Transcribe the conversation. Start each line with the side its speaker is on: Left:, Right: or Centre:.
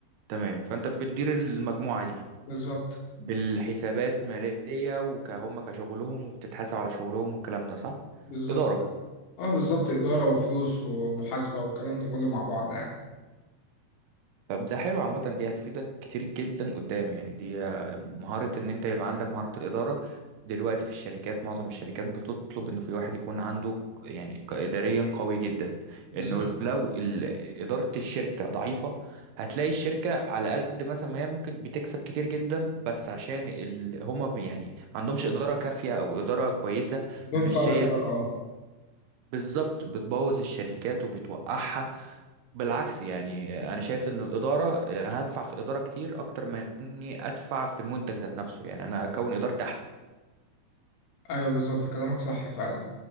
Right: تمام فانت بتدير المجموعة دي
Left: بالظبط
Right: بالحسابات مالية وكهم كشغلهم وبتتحاسب على شغلهم والكلام ده صح
Left: بالظبط
Right: إدارة
Left: اه بالظبط اداره وفلوس ومحاسبه والكلام ده كله مع بعض يعني
Right: طب ده حلو عامة دي هتفيدك كتير جدا قدام يعني دي آه، مهارة ان انت يبقى عندك مهارة الإدارة دلوقتي في الشركات معظم الشركات بتطلب انه في واحد يكون عنده يعني ك- إداريا قوي جدا
Left: بالظبط
Right: انه لو ال- إدارة الشركة ضعيفة هتلاقي الشركة على قد مثلا ما هي ممكن بتكسب كتير جدا بس عشان ال... هما ب- يعني ما عندهمش إدارة كافية او إدارة كويسة
Left: بدون
Right: ممشية
Left: فرق اداره اه
Right: بالظبط بتبوظ الشركات وبتوقعها بالعكس يعني انا شايف ان الاداره يعني انا هدفع في الاداره كتير اكتر ما اني ادفع في المنتج ذات نفسه يعني انا اكون ادارتي احسن
Left: ايوه بالظبط كلامك صح فعلا